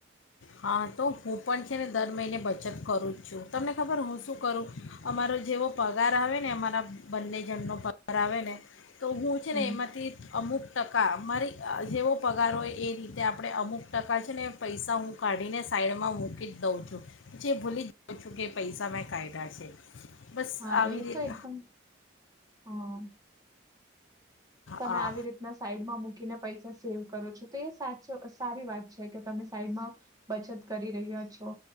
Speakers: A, on the left; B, on the right.
A: હા તો હું પણ છે ને દર મહિને બચત કરું જ છું તમને ખબર હું શું કરું અમારો જેવો પગાર આવે ને અમારા બંને જણનો પગાર આવે ને તો હું છે
B: હમ
A: ને એમાંથી અમુક ટકા અમારી જેવો પગાર હોય એ રીતે આપણે અમુક ટકા છે ને પૈસા હું કાઢીને સાઈડમાં મૂકી જ દઉં છું પછી ભૂલી જાઉં છું કે પૈસા મેં કાઢા છે. બસ
B: હા
A: આવી
B: એ
A: રીત
B: તો એકદમ હમ તમે
A: હા
B: આવી રીતના સાઈડમાં મૂકીને પૈસા સેવ કરો છો તો એ સાચો સારી વાત છે કે તમે સાઈડમાં બચત કરી રહ્યા છો